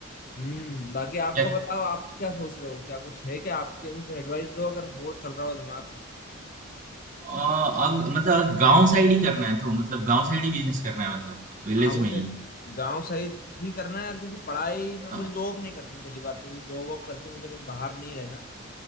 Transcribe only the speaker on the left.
हम्म बाकी आपका
बताओ आप क्या सोच रहे हो क्या कुछ है क्या आपके कुछ एडवाइस दो अगर हो चल रहा हो दिमाग में
हाँ मुझे
गांव सही ही करना है यार क्योंकि पढ़ाई में
मुझे जॉब नहीं करनी पहली बात तो क्योंकि जॉब वॉब करके मुझे कहीं बाहर नहीं रहना